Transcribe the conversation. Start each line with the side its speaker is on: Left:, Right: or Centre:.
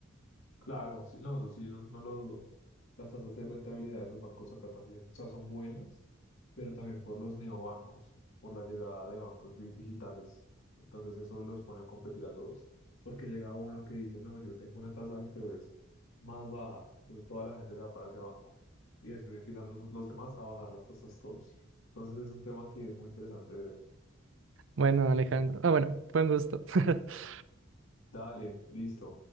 Left: Claro, sí, no, eso sí, no, no lo dudo. Las tasas de rentabilidad de los bancos acá también, o sea, son buenas, pero también por los neobancos, por la llegada de bancos bi- digitales. Entonces eso los pone a competir a todos, porque llega uno que dice, no, yo tengo una tasa de interés más baja, entonces toda la gente se va para ese banco. Y después empiezan los, los demás a bajar las tasas todos. Entonces es un tema que es muy interesante de ver.
Right: Bueno, Alejandro. Ah, bueno, fue un gusto. <laughs>
Left: Dale, listo.